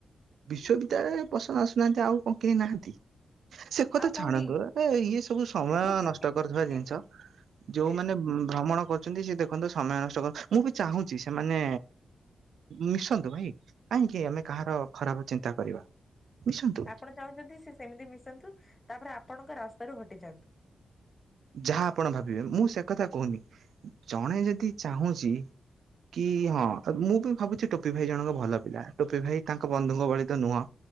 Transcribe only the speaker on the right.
ବିଶ୍ୱବିଦ୍ୟାଳୟରେ ପସନ୍ଦ ଆସୁନାହାନ୍ତି ଆଉ କଣ କେହି ନାହାନ୍ତି। ସେ କଥା
ଛାଡ଼ନ୍ତୁ ଏ ଇଏ ସବୁ ସମୟ
ନଷ୍ଟ
କରିଥୁବା ଜିନିଷ ଯୋଉମାନେ
ଭ୍ରମଣ କର ଚନ୍ତି ସେ ଦେଖନ୍ତୁ ସମୟ ନଷ୍ଟ କର ମୁଁ ବି ଚାହୁଁଛି ସେମାନେ ମିଶନ୍ତୁ ଭାଇ କାଇଁ ନା କି ଆମେ କାହାର ଖରାପ ଚିନ୍ତା କରିବା। ମିଶନ୍ତୁ
ଯାହା ଆପଣ ଭାବିବେ ମୁଁ ସେ କଥା କହୁନି ଜଣେ ଯଦି ଚାହୁଁଛି କି ହଁ ମୁଁ ବି ଭାବୁଛି ଟୋପି ଭାଇ ଜଣକ ଭଲ ପିଲା ଟୋପି ଭାଇ ତାଙ୍କ ବନ୍ଧୁଙ୍କ ଭଳି ତ ନୁହଁ